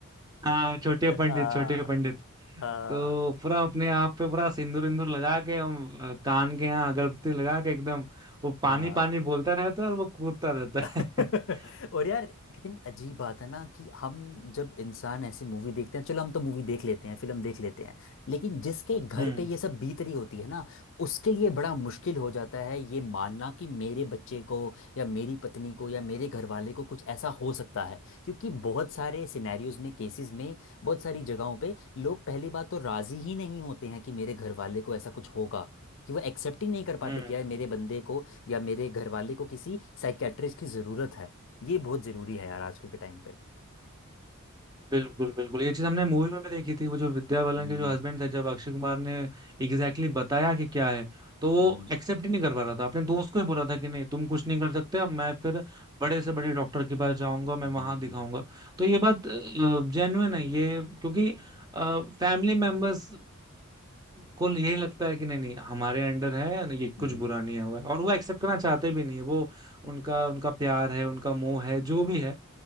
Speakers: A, on the right (about 20°); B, on the left (about 55°).
A: हाँ छोटे पंडित
B: हाँ
A: छोटे पंडित
B: हाँ
A: तो पूरा अपने आप पे पूरा सिंदूर इंदूर लगा के हम अ, कान के यहाँ अगरबत्ती लगा के एकदम वो पानी
B: हाँ
A: पानी बोलता रहता है और वो कूदता रहता
B: <laughs>
A: है <laughs>
B: और यार कितनी अजीब बात है ना कि हम जब इंसान ऐसी मूवी देखते हैं चलो हम तो मूवी देख लेते हैं फिल्म देख लेते हैं लेकिन जिसके घर
A: हम्म
B: पे ये सब बीत रही होती है ना उसके लिए बड़ा मुश्किल हो जाता है ये मानना कि मेरे बच्चे को या मेरी पत्नी को या मेरे घर वाले को कुछ ऐसा हो सकता है क्योंकि बहुत सारे सिनेरियोज में केसेस में बहुत सारी जगहों पे लोग पहली बात तो राजी ही नहीं होते हैं कि मेरे घर वाले को ऐसा कुछ होगा कि वो एक्सेप्ट ही नहीं कर पाते
A: हम्म
B: कि यार मेरे बंदे को या मेरे घर वाले को किसी साइकेट्रिस्ट की ज़रूरत है ये बहुत ज़रूरी है यार आजकल के टाइम पे
A: बिल्कुल बिल्कुल ये चीज हमने मूवी में भी देखी थी वो जो विद्या बालन
B: हम्म
A: के जो हस्बैंड थे जब अक्षय कुमार ने एग्जैक्टली exactly बताया कि क्या है तो वो
B: हम्म
A: एक्सेप्ट ही नहीं कर पा रहा था अपने दोस्त को ही बोला था कि नहीं तुम कुछ नहीं कर सकते अब मैं फिर बड़े से बड़े डॉक्टर के पास जाऊंगा मैं
B: हम्म
A: वहां दिखाऊंगा तो ये बात जेन्युइन है ये क्योंकि फैमिली मेंबर्स को यही लगता है कि नहीं नहीं हमारे अंडर है ये
B: हम्म,
A: कुछ बुरा नहीं हुआ है और वो एक्सेप्ट करना चाहते भी नहीं है। वो उनका उनका प्यार है उनका मोह है जो भी है